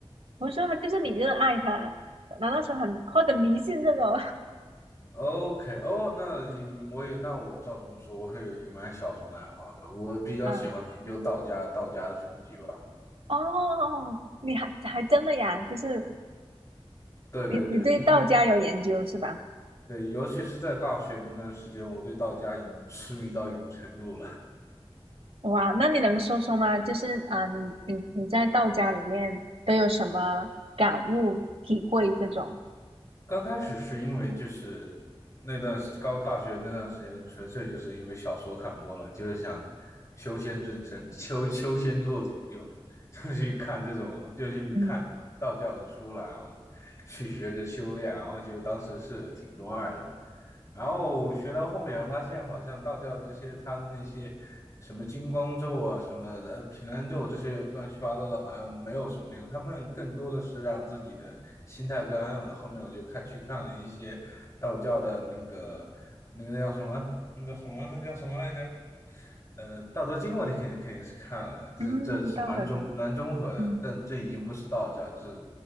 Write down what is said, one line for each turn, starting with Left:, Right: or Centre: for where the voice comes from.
Right: 不是吗？就是你热爱它，难道说很或者迷信这种？
Left: <laughs>？OK，哦，那嗯我也那我照这么说，我会有一个蛮小众的爱好的。我比较喜欢研究道家道家的书籍吧。
Right: <laughs> 嗯，哦，你还还真的呀？就是
Left: 对对对，
Right: 你你对道家有研究是吧？
Left: 因为对，尤其是在大学那段时间，我对道家已经痴迷到一种程度了。
Right: 哇，那你能说说吗？就是啊、呃你你你在道家里面都有什么感悟、体会这种？
Left: 刚开始是因为就是那段时高大学那段时间，纯粹就是因为小说看多了，就是想修仙之成修修仙做主就，就去看这种，就去看道教的书了，
Right: 嗯
Left: 然后去学着修炼，然后觉得当时是挺中二的。然后学到后面发现，好像道教这些他的那些什么金光咒啊、什么呃平安咒这些乱七八糟的，好像没有什么用。他们更多的是让自己的心态更安稳。后面我就看去看了一些道教的那个那个那叫什么？那叫什么？那叫什么来着？呃，《道德经》我肯定肯定是看了，这这是蛮中蛮综合的，
Right: 嗯，道德经，嗯
Left: 但这已经不是道教，就是